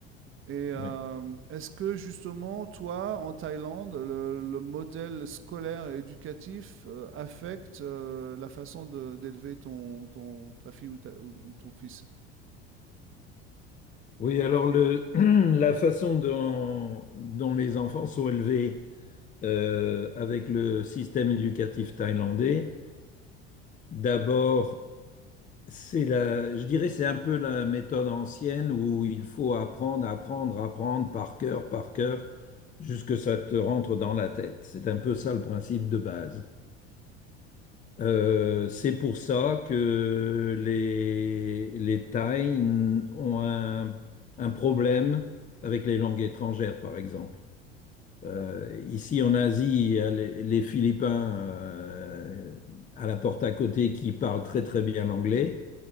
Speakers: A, on the right; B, on the left.
A: Et euh,
B: Oui.
A: est-ce que justement, toi, en Thaïlande, le, le modèle scolaire et éducatif euh, affecte euh, la façon de- d'élever ton, ton, ta fille ou, ta- ou ton fils?
B: Oui, alors le, <clears throat> la façon dont, dont les enfants sont élevés euh, avec le système éducatif thaïlandais. D'abord, c'est la, je dirais, c'est un peu la méthode ancienne où il faut apprendre, apprendre, apprendre par cœur, par cœur, jusque ça te rentre dans la tête. C'est un peu ça le principe de base. Euh, c'est pour ça que les, les Thaïs n- ont un, un problème avec les langues étrangères, par exemple. Euh, ici en Asie, il y a les, les Philippins euh, à la porte à côté qui parlent très très bien l'anglais.